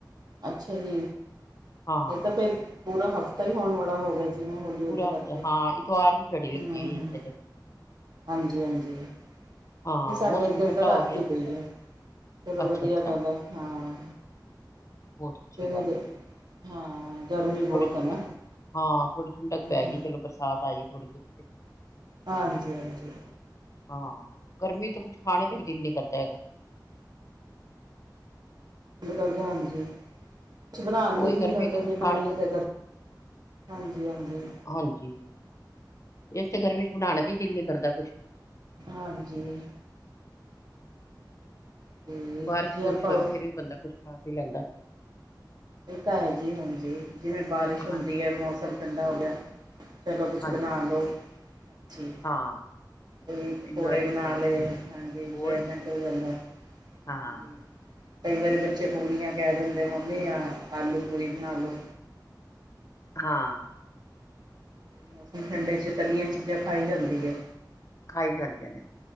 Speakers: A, on the right (about 65°); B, on the left (about 40°).
A: ਅੱਛਾ ਜੀ,
B: ਹਾਂ।
A: ਏ ਤਾਂ ਫੇਰ ਪੂਰਾ ਹਫਤਾ ਈ ਹੋਣ ਵਾਲਾ ਹੋ ਗਿਆ ਜੀ। ਜਿਵੇਂ ਹੌਲੀ-ਹੌਲੀ
B: ਪੂਰਾ ਹਫ਼ਤਾ,
A: ਕਰਕੇ
B: ਹਾਂ ਇਤਵਾਰ ਦੀ ਝੜੀ
A: ਹਮ
B: ਲੱਗੀ ਹੋਈ
A: ਹਮ,
B: ਹੈ ਇੱਥੇ ਤੇ,
A: ਹਾਂਜੀ ਹਾਂਜੀ।
B: ਹਾਂ
A: ਵੀ ਸਾਡੇ
B: ਮੌਸਮ
A: ਏਧਰ
B: ਠੰਡਾ
A: ਤਾਂ ਰਾਤੀ
B: ਹੋ ਗਿਆ।
A: ਪਈ ਐ ਚਲੋ
B: ਅੱਛਾ-ਅੱਛਾ,
A: ਵਧੀਆ ਗੱਲ ਐ, ਹਾਂ।
B: ਬੋਤ ਅੱਛੀ
A: ਕਿਉਂਕਿ
B: ਗੱਲ ਹੈਗੀ।
A: ਹਾਂ ਗਰਮੀ ਬਹੁਤ
B: ਥੋੜੀ ਠੰਡਕ,
A: ਹੈ ਨਾ
B: ਹਾਂ ਥੋੜੀ ਠੰਡਕ
A: ਹਮ
B: ਪੈ
A: ਹਮ
B: ਗੀ, ਚਲੋ ਬਰਸਾਤ ਆਈ ਏ ਥੋੜੀ-ਬੋਤ
A: ਹਾਂਜੀ-ਹਾਂਜੀ।
B: ਹਾਂ, ਗਰਮੀ ਤੇ ਕੁਛ ਖਾਣੇ ਤੇ ਵੀ ਦਿਲ ਨੀ ਕਰਦਾ ਹੈਗਾ।
A: ਦਿਲ ਕਰਦਾ ਹਾਂਜੀ, ਕੁਝ ਬਣਾਣ ਨੂੰ
B: ਉਹੀ
A: ਦਿਲ
B: ਗਰਮੀ
A: ਨੀ ਕਰਦਾ
B: ਤੇ ਕੁੱਛ
A: ਜੇ ਬਣਾਈਏ
B: ਖਾਣੇ ਤੇ
A: ਤਾ ਹਾਂਜੀ-ਹਾਂਜੀ।
B: ਹਾਂਜੀ। ਏਕ ਤੇ ਗਰਮੀ ਚ ਬਣਾਣੇ ਤੇ ਈ ਦਿਲ ਨੀ ਕਰਦਾ ਕੁਛ
A: ਹਾਂਜੀ। ਤੇ
B: ਬਾਰਿਸ਼-ਬੁਰਿਸ਼
A: ਜੇ ਆਪਾਂ
B: ਹੋਵੇ ਫੇਰ ਵੀ ਬੰਦਾ ਕੁਛ ਖਾ-ਪੀ ਲੈਂਦਾ।
A: ਏ ਤਾਂ ਹੈ ਜੀ ਹਾਂਜੀ, ਜਿਵੇਂ ਬਾਰਿਸ਼
B: ਹਾਂ
A: ਹੁੰਦੀ ਐ ਮੌਸਮ ਠੰਡਾ ਹੋ ਗਿਆ। ਚਲੋ ਕੁਛ
B: ਹਾਂਜੀ
A: ਬਣਾ ਲੋ, ‌ ਜੀ
B: ਹਾਂ
A: ਕੋਈ ਪਕੌੜੇ
B: ਇੰਜੋਏਮੈਂਟ
A: ਬਣਾ
B: ਹੋ ਜਾਂਦਾ
A: ਲਏ ਹਾਂਜੀ, ਇੰਜੋਏਮੈਂਟ
B: ਹੋਰ
A: ਹੋ ਜਾਂਦਾ।
B: ਹਾਂ।
A: ਹਾਂਜੀ ਕਈ ਵਾਰੀ ਬੱਚੇ ਪੂਰੀਆਂ ਕੈ ਦਿੰਦੇ ਮੰਮੀ ਆ ਆਲੂ ਪੂਰੀ ਬਣਾ ਲੋ।
B: ਹਾਂ।
A: ਮੌਸਮ ਠੰਡੇ 'ਚ ਤਲੀਆਂ ਚੀਜ਼ਾਂ ਖਾਈ ਜਾਂਦੀ ਐ।
B: ਖਾਈ ਜਾਂਦੀਆਂ ਨੇ।